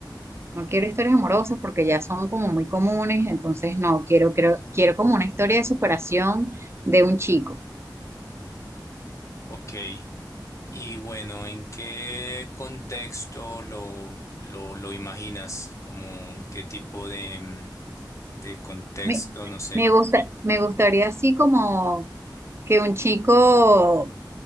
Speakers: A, on the right; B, on the left.
A: no quiero historias amorosas porque ya son como muy comunes, entonces no, quiero, creo, quiero como una historia de superación de un chico
B: ok. Y bueno, ¿en qué contexto lo, lo, lo imaginas? ¿Como qué tipo de, mm, de contexto?
A: Me,
B: No sé.
A: me gusta, me gustaría así como que un chico, o